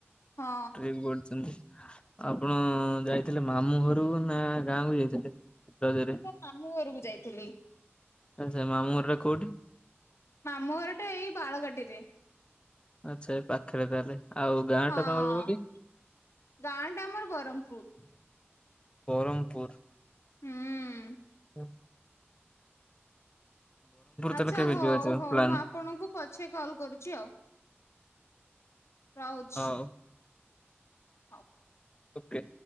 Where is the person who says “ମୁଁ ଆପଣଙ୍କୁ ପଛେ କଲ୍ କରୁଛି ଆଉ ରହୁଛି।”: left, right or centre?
Left